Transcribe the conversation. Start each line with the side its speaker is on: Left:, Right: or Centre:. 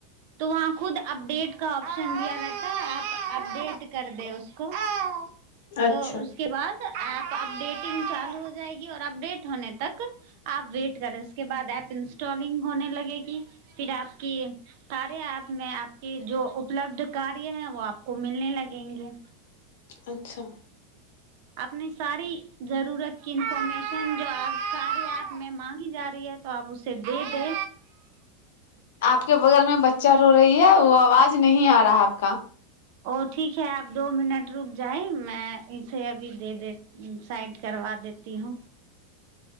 Right: त वहाँ खुद अपडेट ऑप्शन भी रहता ह य अपडेट कर दे उसको तऽ
Left: अच्छा
Right: उसके बाद प अपडेटिंग चालू हो जाएगीऔर अपडेट होने तक आप वेट करे उसके बाद एप इंस्टॉलिंग होने लगेगी फिर आपके कार्यप में आपके जो उपलब्ध कार है वो आको मिलने लगेंगे
Left: अच्छा
Right: अपने सारी जरूरत क इन्फोर्मेशन जो आ सी सा में माँंगी जा रही ह तऽ आप उे दे दे
Left: आपके बगल में बच्चा रो रही है व आवाज नं आ रहा आपका
Right: ओ ठीक है आप दो मिनट रुक जाइ मैं इे अभी दे दे साइड करबा देती हूँ